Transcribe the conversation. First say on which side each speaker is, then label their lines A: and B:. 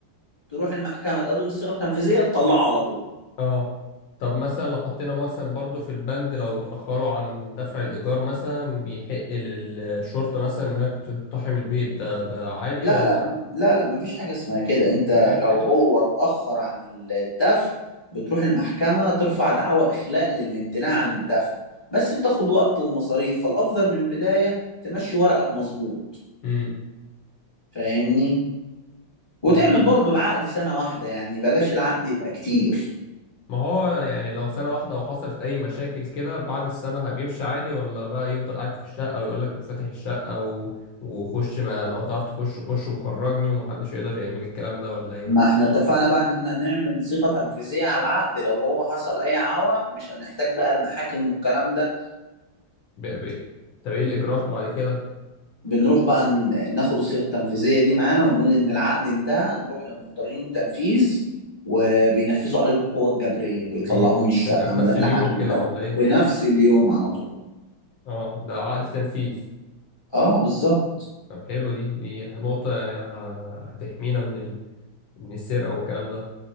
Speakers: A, on the left; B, on the left.
A: تروح المحكمة تقدم الصيغة التنفيذية تطلعه على طول
B: اه طب مثلا لو حطينا مثلا برضو في البند لو اتأخروا عن دفع الإيجار مثلا بيحق للشرطة مثلا إنها تقتحم البيت ده ده عادي
A: لا
B: ولا
A: لا لا لا مفيش حاجة اسمها كده انت
B: مفيش
A: لو
B: كده؟
A: هو اتأخر عن الدفع بتروح المحكمة ترفع دعوى إخلاء للامتناع عن الدفع بس بتاخد وقت ومصاريف فالأفضل من بداية تمشي ورقك مظبوط
B: امم
A: فاهمني وتعمل
B: دي بقى
A: برضو العقد سنة واحدة يعني بلاش العقد يبقى كتير
B: ما هو يعني لو سنة واحدة وحصلت أي مشاكل كده بعد السنة بيمشي عادي ولا بقى يفضل قاعد في الشقة ويقول لك مش فاتح الشقة و... وخش ما لو تعرف تخش خش وخرجني ومحدش يقدر يعمل الكلام ده ولا إيه؟
A: ما احنا اتفقنا بقى ان احنا نعمل صيغة تنفيذية على العقد لو هو حصل اي عوى مش هنحتاج بقى المحاكم والكلام ده
B: ب... ب... طب إيه الإجراءات بعد كده؟
A: بنروح بقى ن- ناخد الصيغة التنفيذية دي معانا ونقول ان العقد انتهى نروح لمحضرين التنفيذ وبينفذوا عليه بالقوة الجبرية بيطلعوه
B: امم
A: من الشقة
B: ده بتبقى في
A: ما
B: نفس
A: دام
B: اليوم
A: العقد
B: كده
A: انتهى
B: ولا إيه؟
A: في نفس اليوم على طول
B: اه ده عقد تنفيذ
A: اه بالظبط
B: طب حلو دي دي نقطة يعني ه- هتحمينا من ال... من السرقة والكلام ده